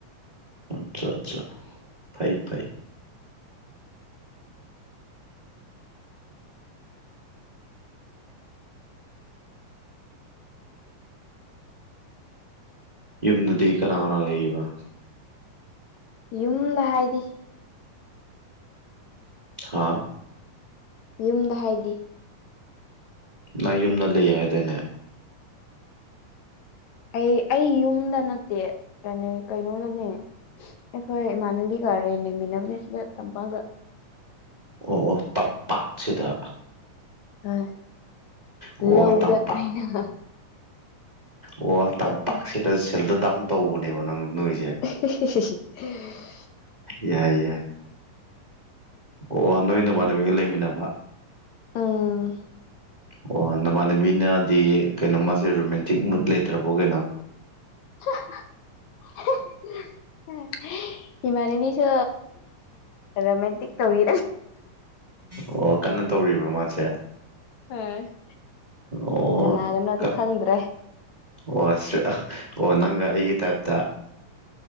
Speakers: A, on the right; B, on the left.
A: ꯑꯆꯥ ꯑꯠꯆꯥ ꯐꯩ ꯐꯩ ꯌꯨꯝꯗꯗꯤ ꯀꯅꯥ ꯀꯅꯥ ꯂꯩꯕ
B: ꯌꯨꯝꯗ ꯍꯥꯏꯗꯤ
A: ꯍꯥꯥ
B: ꯌꯨꯝꯗ ꯍꯥꯏꯗꯤ
A: ꯅ ꯌꯨꯝꯗ ꯂꯩ ꯍꯥꯏꯗꯅꯦ
B: ꯑꯩ ꯑꯩ ꯌꯨꯝꯗ ꯅꯠꯇꯦ ꯀ ꯀꯩꯅꯣꯗꯅꯦ ꯑꯩꯈꯣꯏ ꯏꯃꯥꯟꯅꯕꯤꯒꯔꯦꯟ ꯂꯩꯃꯤꯟꯅꯕꯅꯤ ꯁꯤꯗ ꯇꯝꯄꯥꯛꯇ
A: ꯑꯣ ꯑꯣ ꯇꯝꯄꯥꯛꯁꯤꯗ
B: ꯑ
A: ꯑꯣ
B: ꯂꯧꯗ
A: ꯇꯝꯄꯥꯛ
B: ꯀꯥꯏꯅ
A: ꯑꯣ ꯇꯝꯄꯥꯛꯁꯤꯗ
B: ꯇꯧꯅꯦ
A: ꯁꯦꯜꯇꯔ ꯗꯥꯎꯟ ꯇꯧꯕꯅꯦꯕ ꯅꯪ ꯅꯣꯏꯖꯦ
B: <inaudible>
A: ꯌꯥꯏ ꯌꯥꯏ ꯑꯣ ꯅꯣꯏ ꯅꯃꯥꯟꯅꯕꯤꯒ ꯂꯩꯃꯤꯟꯅꯕ
B: <unintelligible>
A: ꯑꯣ ꯅꯃꯥꯟꯅꯕꯤꯅꯗꯤ ꯀꯩꯅꯣ ꯃꯥꯁꯦ ꯔꯣꯃꯦꯟꯇꯤꯛ ꯃꯨꯠ ꯂꯩꯇ꯭ꯔꯕꯣ ꯀꯩꯅꯣ
B: <inaudible> ꯏꯃꯥꯟꯅꯕꯤꯁꯨ ꯔꯣꯃꯦꯟꯇꯤꯛ ꯇꯧꯔꯤ
A: ꯑꯣ ꯀꯟꯅ ꯇꯧꯔꯤꯕ꯭ꯔ ꯃꯥꯁꯦ
B: ꯑ
A: ꯑꯣ
B: ꯀꯅꯥꯒꯅꯣꯗꯤ
A: ꯀꯟ
B: ꯈꯪꯗ꯭ꯔꯦ
A: ꯑꯣ ꯑꯣ ꯅꯪꯒ ꯑꯩꯒꯤ ꯇꯥꯏꯞꯇ